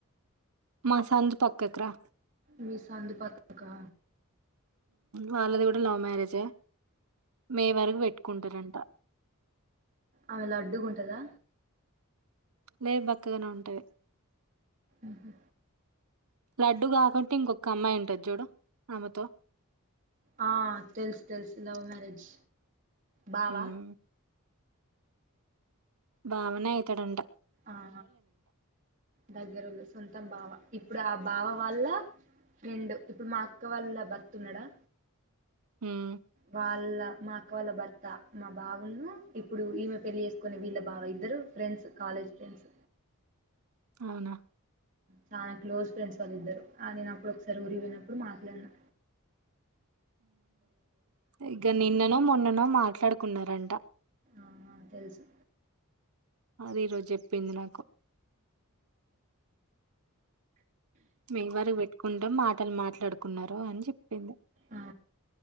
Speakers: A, on the right; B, on the right.
A: మా సందు పక్కకి రా
B: మీ సందు పక్కకా
A: వాళ్ళది కూడ లవ్ మ్యారేజే మే వరకు పెట్టుకుంటరంట
B: ఆమె లడ్డుగుంటదా
A: లే బక్కగనే ఉంటది
B: ఉహు
A: లడ్డు కాకుంట ఇంకొక్క అమ్మాయి ఉంటది చూడు ఆమెతో
B: ఆ తెలుసు తెలుసు లవ్ మ్యారేజ్ బావా
A: ఉమ్, బావనే అయితడంట
B: ఆ దగ్గరలో సొంతం బావ ఇప్పుడు ఆ బావ వాళ్ళ ఫ్రెండ్ ఇప్పుడు మా అక్క వాళ్ళ భర్త్ ఉన్నడా
A: ఉమ్
B: వాళ్ళ మా అక్క వాళ్ళ భర్త మా బావున్ను ఇప్పుడు ఈమె పెళ్లి చేసుకునే వీళ్ళ బావ ఇద్దరు ఫ్రెండ్స్ కాలేజ్ ఫ్రెండ్స్
A: అవునా
B: చానా క్లోజ్ ఫ్రెండ్స్ వాళ్ళిద్దరు ఆ నేను అప్పుడు ఒకసారి ఊరికి పోయినప్పుడు మాట్లాడినా
A: ఇగ నిన్ననో మొన్ననో మాట్లాడుకున్నరంట
B: ఆహా తెలుసు
A: అది ఈరోజు చెప్పింది నాకు మే వరకు పెట్టుకుంటాం మాటలు మాట్లాడుకున్నరు అని చెప్పింది
B: ఆ